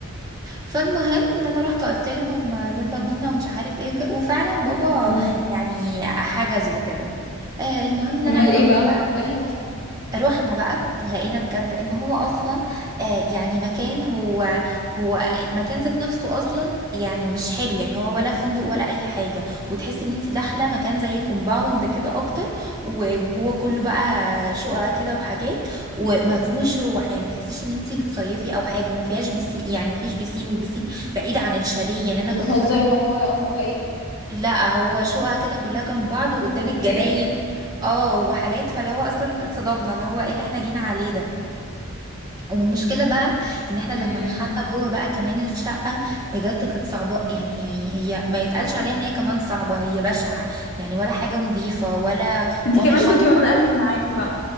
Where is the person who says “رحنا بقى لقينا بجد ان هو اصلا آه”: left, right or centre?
Right